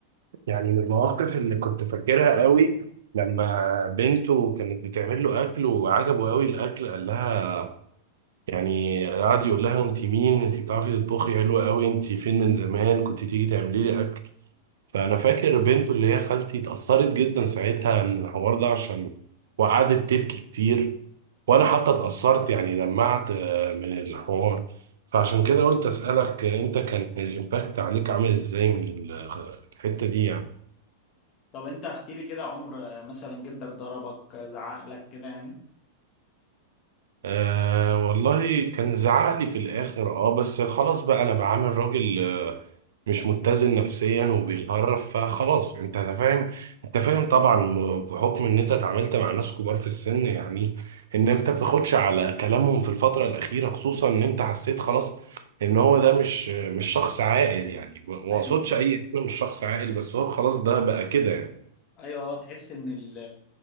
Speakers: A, on the right (about 80°); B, on the left (about 25°).
A: يعني من المواقف اللي كنت فاكرها قوي لما بنته كانت بتعمل له اكل وعجبه قوي الاكل قال لها يعني قعد يقول لها انت مين انت بتعرفي تطبخي حلوه قوي انت فين من زمان كنت تيجي تعملي لي اكل فانا فاكر بنته اللي هي خالتي اتأثرت جدا ساعتها من الحوار ده عشان وقعدت تبكي كتير وانا حتى اتأثرت يعني دمعت آه، من الحوار فعشان كده قلت اسألك آه، انت كان الامباكت عليك عامل ازاي من ال- الحتة دي يعني
B: طب انت احكي لي كده عمر آه، مثلا جدك ضربك آه، زعق لك كده يعني
A: آه والله كان زعق لي في الاخر اه بس خلاص بقى انا بعامل راجل آه، مش متزن نفسيا وبيخرف فخلاص انت فاهم انت فاهم طبعا م- بحكم ان انت اتعاملت مع ناس كبار في السن يعني ان انت بتاخدش على كلامهم في الفترة الاخيرة خصوصا ان انت حسيت خلاص ان هو ده مش مش شخص عاقل يعني ما
B: ايوه
A: اقصدش اي انه مش شخص عاقل بس هو خلاص ده بقى كده يعني
B: ايوه هو تحس ان ال